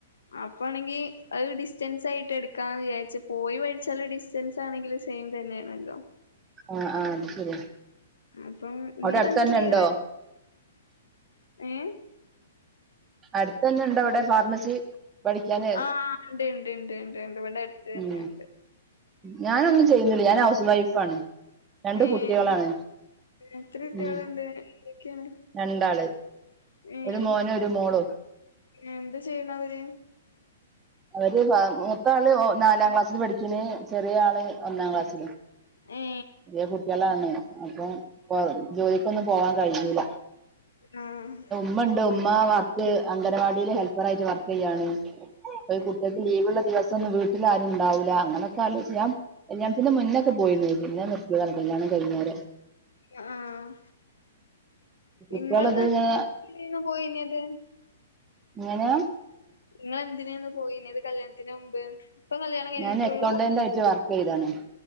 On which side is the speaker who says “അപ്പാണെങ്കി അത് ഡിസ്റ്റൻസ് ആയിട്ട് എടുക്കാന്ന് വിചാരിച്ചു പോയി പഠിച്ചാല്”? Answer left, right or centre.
Left